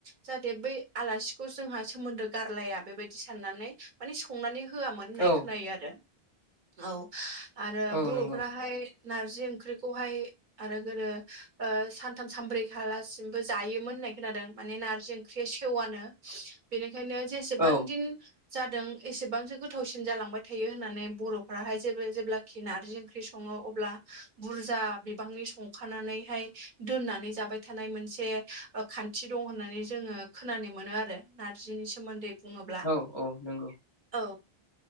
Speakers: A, on the right; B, on the left.
A: जाहाथे बै आलासिखौ जोंहा सोमोन्दो गारलाया बेबायदि साननानै माने संनानै होआमोन होननाय
B: औ
A: खोनायो आरो औ आरो
B: औ
A: बर'फोरा
B: नंगौ
A: फ्राय नारजि ओंख्रिखौहाय आरो गोदो सानथाम सानब्रै खालासिमबो जायोमोन होननाय खोनादों माने नारजि ओं ओंख्रिया सेवआनो बेनिखायनो जेसेबां
B: औ
A: दिन जादों एसेबांसो गोथावसिन जालांबाय थायो होननानै बर'फ्राहाय जेबो जेब्लाखि नारजि ओंख्रि सं सङो अब्ला बुरजा बिबांनि संखानानैहाय दोननानै जाबाय थानाय मोनसे खान्थि दं होननानै जोङो खोनानो मोनो आरो नार्जिनि सोमोन्दै ब्ला।
B: औ औ नंगौ
A: औ